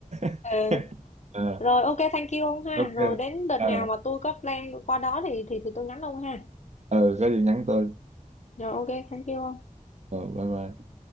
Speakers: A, on the right; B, on the left.
A: <laughs>
B: Ờ.
A: Ờ,
B: Rồi ok thank you ông ha.
A: ok
B: Rồi đến đợt
A: à,
B: nào mà tôi có plan qua đó thì thì thì tôi nhắn ông ha.
A: ừ có gì nhắn tôi
B: Rồi ok thank you ông.
A: Ờ, bye bye